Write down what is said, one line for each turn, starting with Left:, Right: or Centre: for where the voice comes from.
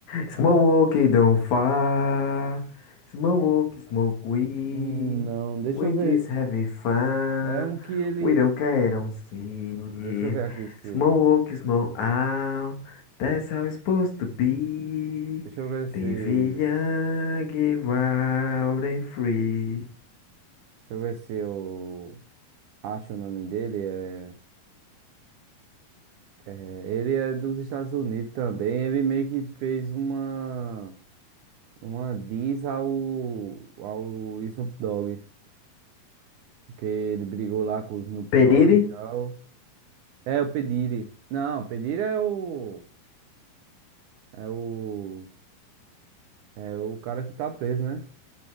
Left: Smoke, don't fire. Smoke, smoke we.
Right: Hum, não, deixa
Left: We
Right: eu ver.
Left: just having fun.
Right: É um que ele.
Left: We don't care, don't see.
Right: Deixa eu ver aqui se.
Left: Smoke, smoke out. That's how it's supposed to be.
Right: Deixa eu ver se.
Left: Live young, get wild and free.
Right: Deixa eu ver se eu acho o nome dele. É... é, Ele é dos Estados Unidos também. Ele meio que fez uma. Uma diss ao, ao Snoop Dogg. Porque ele brigou lá com o Snoop
Left: Pedire?
Right: Dogg e tal. É o P. Diddy. Não, o P. Diddy é o. É o. É o cara que tá preso, né?